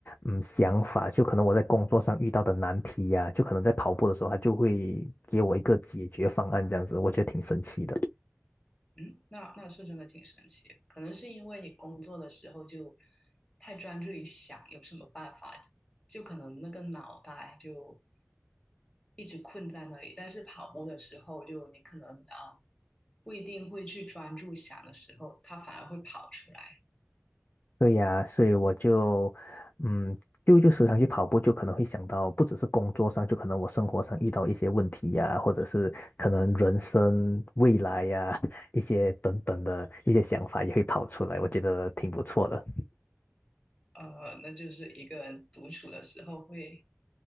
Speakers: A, on the left; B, on the left.
A: 嗯想法，就可能我在工作上遇到的难题呀、就可能在跑步的时候，它就会给我一个解决方案，这样子，我觉得挺神奇的。
B: 嗯，那那是真的挺神奇的可能是因为你工作的时候就太专注于想有什么办法，就可能那个脑袋就一直困在那里。但是跑步的时候，就你可能啊、不一定会去专注想的时候，它反而会跑出来。
A: 对呀，所以我就，嗯，就就时常去跑步，就可能会想到，不只是工作上，就可能我生活上遇到一些问题呀，或者是可能人生未来呀，<laughs> 一些等等的一些想法也会跑出来，我觉得挺不错的。
B: 呃，那就是一个人独处的时候会